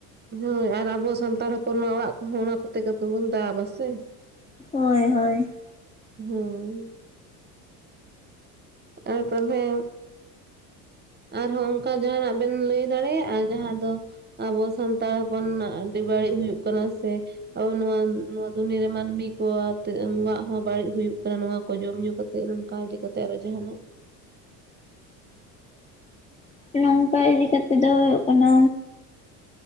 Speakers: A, on the right; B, on the left.
A: ᱦᱳᱭ ᱟᱨ ᱟᱵᱚ ᱥᱟᱱᱛᱟᱲ ᱦᱚᱯᱚᱱ ᱢᱟ ᱚᱲᱟᱜ ᱠᱚ ᱦᱚᱸ ᱚᱱᱟ ᱠᱚᱛᱮ ᱵᱚᱱ ᱫᱟᱵᱟ ᱥᱮᱼᱼ
B: ᱦᱳᱭ ᱦᱳᱭ
A: ᱦᱚᱸ ᱟᱨ ᱛᱟᱦᱚᱞᱮᱼᱼ ᱟᱨᱦᱚᱸ ᱚᱱᱠᱟ ᱡᱟᱦᱟᱱᱟᱜ ᱵᱮᱱ ᱞᱟᱹᱭ ᱫᱟᱲᱮᱭᱟᱜᱼᱟ ᱡᱟᱦᱟᱸ ᱫᱚ ᱟᱵᱚ ᱥᱟᱱᱛᱟᱲ ᱦᱚᱯᱚᱱᱟᱜ ᱟᱹᱰᱤ ᱵᱟᱹᱲᱤᱡ ᱦᱩᱭᱩᱜ ᱠᱟᱱᱟ ᱥᱮ ᱟᱵᱚ ᱱᱚᱣᱟ ᱱᱚᱣᱟ ᱫᱩᱱᱤᱭᱟᱹ ᱨᱮ ᱢᱟᱹᱱᱢᱤ ᱠᱚ ᱟᱛᱮ ᱦᱚᱸ ᱵᱟᱹᱲᱤᱡ ᱦᱩᱭᱩᱜ ᱠᱟᱱᱟ ᱱᱚᱣᱟ ᱠᱚ ᱡᱚᱢ ᱧᱩ ᱠᱟᱛᱮ ᱥᱮ ᱱᱚᱝᱠᱟ ᱤᱫᱤ ᱠᱟᱛᱮ ᱟᱨᱦᱚᱸ ᱡᱟᱦᱟᱱᱟᱜᱼᱼ
B: ᱱᱚᱝᱠᱟ ᱤᱫᱤ ᱠᱟᱛᱮᱫ ᱫᱚ ᱦᱩᱭᱩᱜ ᱠᱟᱱᱟ